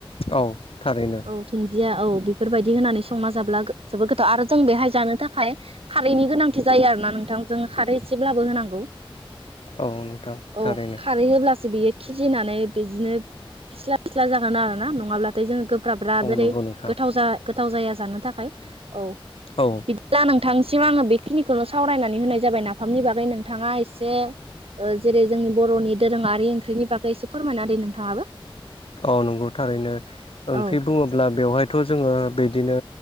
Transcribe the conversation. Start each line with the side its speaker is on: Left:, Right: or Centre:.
Left: औ थारैनो
Right: औ दुुनदिया औ बेफोरबायदि होनानै संना जाब्ला जोबोर गोथाव आरो जों बेहाय जानो थाखाय खारैनि गोनांथि जायो आरो ना नोंथां जों खारै एसेब्लाबो होनांगौ
Left: औ नोंथां
Right: औ
Left: थारैनो
Right: खारै होब्लासो बेयो खिजिनानै बिदिनो फिस्ला फिस्ला जागोन आरोना नङाब्ला दैजों गोब्राब्रा
Left: औ
Right: बोरै
Left: नंगौ नोंथां
Right: गोथाव गोथाव जाया जानो थाखाय औ
Left: औ
Right: बिदिब्ला नोंथांनिसिम आङो बेखिनिखौनो सावरायनानै होनाय जाबाय नाफामनि बागै नोंथाङा एसे ओ जेरै जोंनि बर'नि दोरोङारि ओंख्रिनि बागै एसे फोरमायना होदो नोंथाङाबो
Left: औ नंगौ थारैनो ओंख्रि
Right: औ
Left: बुङोब्ला बेवहाय थ' जोङो बिदिनो